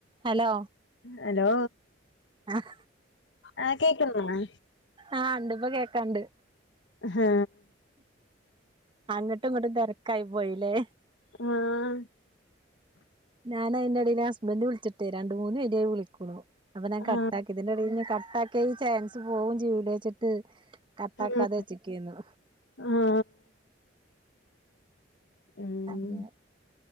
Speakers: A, on the right; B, on the left.
A: Hello
B: hello?
A: ആഹ.
B: ആഹ് കേക്ക്‌ന്നു ആ.
A: ആഹ് ഉണ്ട് ഇപ്പൊ കേക്കാണ്ട്.
B: ഹ്.
A: അങ്ങോട്ടും ഇങ്ങോട്ടും തെരക്കായി പോയില്ലേ.
B: ആഹ്.
A: ഞാൻ അയിന്റെ എടെല് ഹസ്ബന്റ് വിളിച്ചിട്ട് രണ്ട് മൂന്ന് പേര്യായി വിളിക്കുന്നു അപ്പൊ ഞാൻ
B: ആ
A: കട്ടാക്കി. അതിന്റെടെല് ഞാൻ കട്ടാക്കിയ ഈ ചാൻസ് പോവും ചെയ്യൂലേ വെച്ചിട്ട് കട്ടാക്കാതെ
B: ഉം
A: വെച്ചേക്കേന്ന്.
B: ആ ഉം
A: അങ്ങനെ